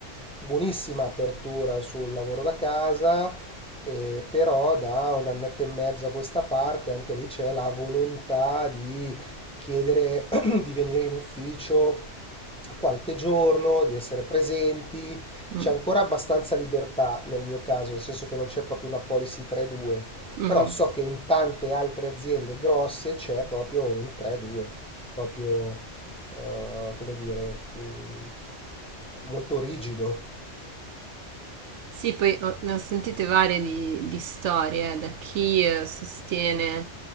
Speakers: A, in the centre; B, on the right.
A: buonissima apertura sul lavoro da casa, eh, però da un annetto e mezzo a questa parte anche lì c'è la volontà di chiedere <clears throat> di venire in ufficio a qualche giorno, di essere presenti.
B: mm,
A: C'è ancora abbastanza libertà nel mio caso, nel senso che non c'è proprio una policy 3-2,
B: mm,
A: però
B: mm.
A: so che in tante altre aziende grosse c'è proprio un 3-2, proprio eh, come dire, mh, molto rigido.
B: Sì, poi ho- ne ho sentite varie di, di storie, da chi eh, sostiene